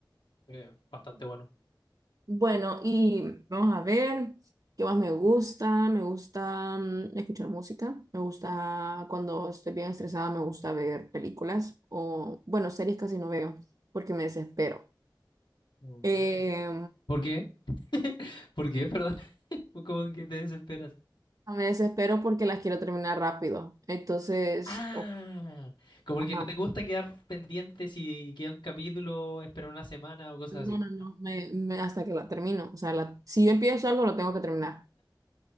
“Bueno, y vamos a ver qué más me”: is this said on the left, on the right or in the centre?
Right